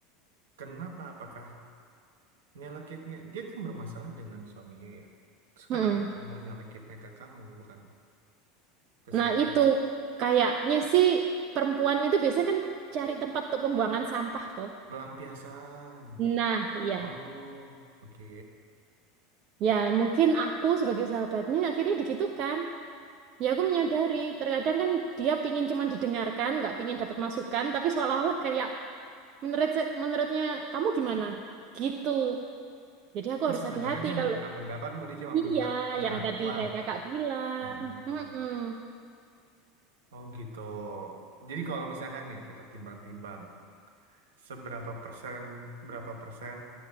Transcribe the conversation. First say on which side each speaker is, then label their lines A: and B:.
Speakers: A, on the right (about 65°); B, on the right (about 45°).
A: kenapa? Apakah nyelekitnya dia kan bermasalah dengan suaminya ya terus
B: Mm-mm.
A: kenapa ngomong nyelekitnya ke kamu bukan ke suami
B: nah itu kayaknya sih perempuan itu biasanya kan cari tempat untuk pembuangan sampah tuh
A: pelampiasan
B: nah ya
A: oh oke
B: ya mungkin aku sebagai sahabatnya akhirnya digitukan ya aku menyadari terkadang kan dia pingin cuman didengarkan nggak pingin dapat masukan tapi seolah-olah kayak menurut menurutnya kamu gimana gitu jadi aku
A: Tapi
B: harus
A: sebenarnya
B: hati-hati
A: dia nggak
B: kalau
A: minta pendapatmu dia cuma
B: Iya,
A: minta pengakuan
B: yang tadi kayak kakak bilang.
A: Mm-mm.
B: Mm-mm.
A: oh gitu jadi kalau misalkan nih kita timbang-timbang seberapa persen berapa persen